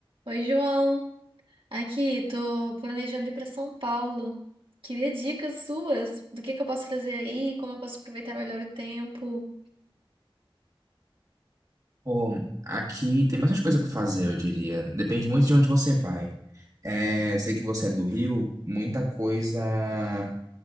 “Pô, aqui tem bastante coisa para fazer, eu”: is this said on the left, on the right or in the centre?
Right